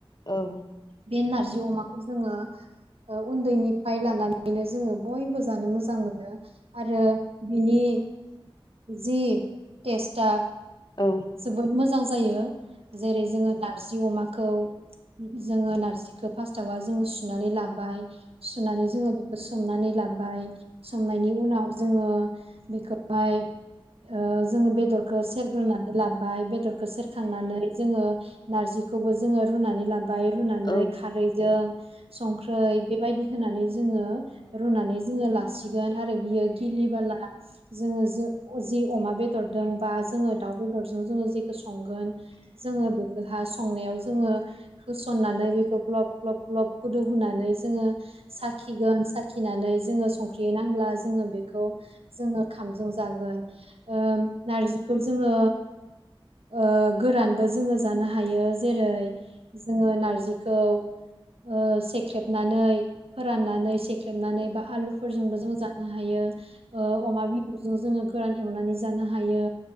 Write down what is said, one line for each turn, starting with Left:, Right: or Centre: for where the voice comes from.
Left: औ
Right: बे नारजि अमाखौ जोंङो उन्दैनिफ्राय लानानै बेनो जोंङो बयबो जानो मोजां मोनो आरो बिनि जि टेस्टा
Left: औ
Right: जोबोद मोजां जायो जेरै जोङो नारजि अमाखौ जोङो नारजि फास्टावा जों सुनानै लाबाय सुनानै जोङो बेखौ सोमनानै लाबाय सोमनायनि उनाव जोङो बेखौहाय ओ जोङो बेदरखौ सेरग्रोनानै जाबाय बेदरखौ सेरखांनानै जोङो नारजिखौबो जोङो रुनानै लाबाय रुनानै
Left: औ
Right: खारै जों संख्रै बेबायदि होनानै जोङो रुनानै जोङो ला सिगोन आरो बियो गिलि बोला जोङो जो जि अमा बेदरदों बा जोङो दाउ बेदर जोङो जेखौ संगोन जोङो बेखौहा संनायाव जोङो हो सननानै बेखौ ग्लब ग्लब ग्लब गोदौ होनोनानै जोङो साखि गोन सा खिनानै जोङो संख्रि नांब्ला जोङो बेखौ जोङो ओंखामजों जागोन ओ नारजिखौ जोङो ओ गोरानबो जोङो जानो हायो जेरै जोङो नार जिखौ ओ सेख्रेबनानै फोराननानै सेख्रेबनानै बा आलुफोरजोंबो जोङो जा नो हायो ओ अमा बिबुजों जोङो गोरान एवनानै जानो हा हायो